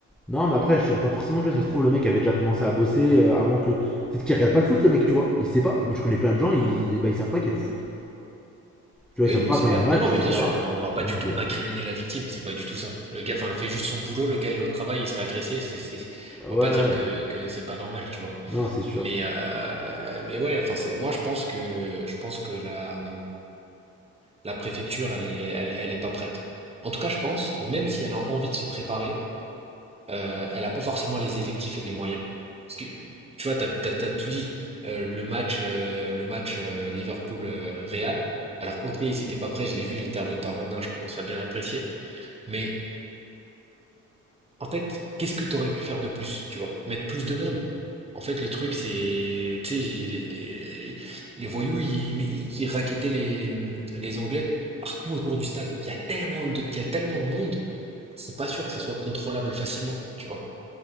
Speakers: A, in the centre; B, on the right (about 20°).
A: Non, mais après, je, pas forcément, tu vois, ça se trouve, le mec avait déjà commencé à bosser euh, avant que. Peut-être qu'il regarde pas le foot, le mec, tu vois. Il sait pas. Moi, je connais plein de gens, ils, bah ils savent pas qu'il y a du foot. Tu vois,
B: Oui,
A: ils savent
B: non,
A: pas
B: c'est
A: quand
B: vrai.
A: il y a match,
B: Non, non, mais
A: etc.
B: bien sûr, on, on va pas
A: Donc,
B: du tout
A: euh,
B: incriminer la victime. C'est pas du tout ça. Le gars, enfin, il fait juste son boulot. Le gars est au travail, il se fait agresser. C'est, c'est,
A: ouais,
B: on va
A: ouais.
B: pas dire que que c'est pas normal, tu vois.
A: Non, c'est sûr.
B: Mais euh, mais ouais, enfin, c'est moi, je pense que je pense que la la préfecture, elle est, elle, elle est pas prête. En tout cas, je pense que même si elle a envie de se préparer euh, elle a pas forcément les effectifs et les moyens. Parce que tu vois, t'as, t'as, t'as tout dit. Euh, le match, euh, le match euh, Liverpool-Real. Alors, ok, ils n'étaient pas prêts. Je l'ai vu l'interview de Darmanin. Je commence à bien l'apprécier. Mais en fait, qu'est-ce que t'aurais pu faire de plus? Tu vois, mettre plus de monde. En fait, le truc, c'est, tu sais, ils- les, les- les voyous, ils, ils racketaient les, les Anglais partout autour du stade. Il y a tellement de, il y a tellement de monde. C'est pas sûr que ça soit contrôlable facilement. Tu vois.